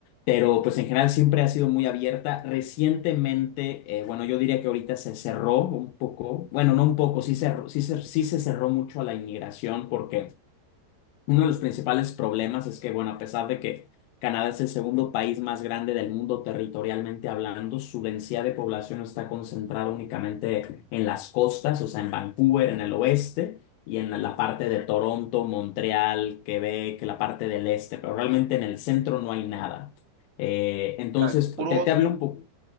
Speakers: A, on the left; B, on the right.
A: pero pues en general siempre ha sido muy abierta. Recientemente, eh, bueno, yo diría que ahorita se cerró un poco, bueno, no un poco, sí, cerró- sí, se- sí se cerró mucho a la inmigración porque uno de los principales problemas es que, bueno, a pesar de que Canadá es el segundo país más grande del mundo territorialmente hablando, su densidad de población está concentrada únicamente en las costas, o sea, en Vancouver, en el oeste, y en la la parte de Toronto, Montreal, Quebec, la parte del este, pero realmente en el centro no hay nada. Eh,
B: O
A: entonces,
B: sea, es puro
A: te,
B: bosque,
A: te hablo un poco